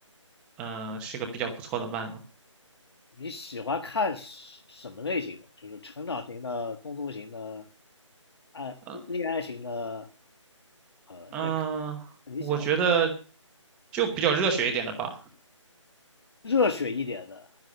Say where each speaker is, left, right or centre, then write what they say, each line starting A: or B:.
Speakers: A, in the centre; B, on the left.
A: 嗯、呃是个比较不错的漫呢？
B: 你喜欢看什什么类型的？就是成长型的、动作型的、爱恋爱型的，
A: 呃
B: 呃，
A: 嗯、
B: 这看
A: 呃我觉得
B: 你喜欢看
A: 就比较热血一点的吧，
B: 热血一点的，